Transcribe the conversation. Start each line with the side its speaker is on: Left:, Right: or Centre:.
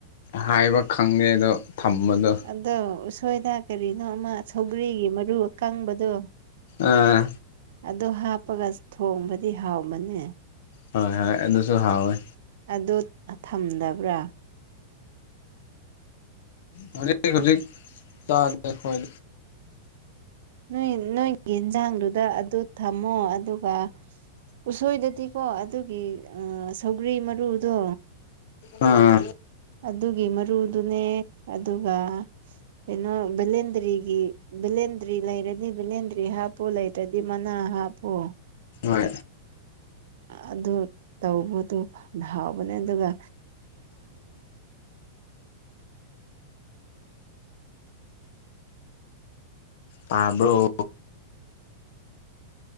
Left: ꯍꯥꯏꯕ ꯈꯪꯗꯦ ꯑꯗꯣ ꯊꯝꯕꯗꯣ
Right: ꯑꯗꯣ ꯎꯁꯣꯏꯗ ꯀꯔꯤꯅꯣ ꯑꯃ ꯁꯧꯒꯔꯤꯒꯤ ꯃꯔꯨ ꯑꯀꯪꯕꯗꯣ
Left: ꯑꯥ
Right: ꯑꯗ ꯍꯥꯞꯄꯒ ꯊꯣꯡꯕꯗꯤ ꯍꯥꯎꯕꯅꯦ
Left: ꯍꯣꯏ ꯍꯣꯏ ꯑꯗꯨꯁꯨ ꯍꯥꯎꯋꯦ
Right: ꯑꯗꯨ ꯊꯝꯗꯕ꯭ꯔꯥ
Left: ꯎ ꯍꯧꯖꯤꯛ ꯍꯧꯖꯤꯛ ꯆꯥꯗꯦ ꯑꯩꯈꯣꯏ
Right: ꯅꯣꯏ ꯅꯣꯏꯒꯤ ꯌꯦꯟꯖꯥꯡꯗꯨꯗ ꯑꯗꯨ ꯊꯝꯃꯣ ꯑꯗꯨꯒ ꯎꯁꯣꯏꯗꯨꯗꯤ ꯀꯣ ꯑꯗꯨꯒꯤ ꯁꯧꯒ꯭ꯔꯤ ꯃꯔꯨꯗꯣ
Left: ꯑꯥ
Right: ꯑꯗꯨꯒꯤ ꯃꯔꯨꯗꯨꯅꯦ ꯑꯗꯨꯒ ꯀꯩꯅꯣ ꯕꯦꯂꯦꯟꯗ꯭ꯔꯤꯒꯤ ꯕꯦꯂꯦꯟꯗ꯭ꯔꯤ ꯂꯩꯔꯗꯤ ꯕꯦꯂꯦꯟꯗ꯭ꯔꯤ ꯍꯥꯞꯄꯨ ꯂꯩ ꯇꯔꯗꯤ ꯃꯅꯥ ꯍꯥꯞꯄꯣ
Left: ꯍꯣꯏ
Right: ꯑꯗꯨ ꯇꯧꯕꯗꯣ ꯍꯥꯎꯕꯅꯦ ꯑꯗꯨꯒ
Left: ꯇꯥꯕ꯭ꯔꯣ